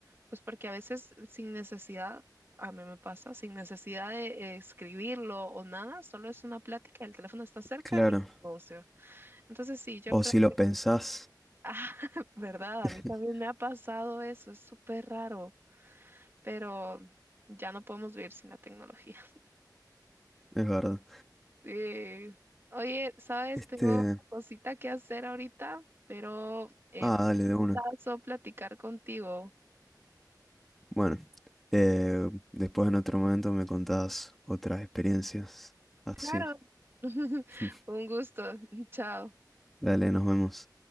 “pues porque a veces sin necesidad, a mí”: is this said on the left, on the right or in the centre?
Right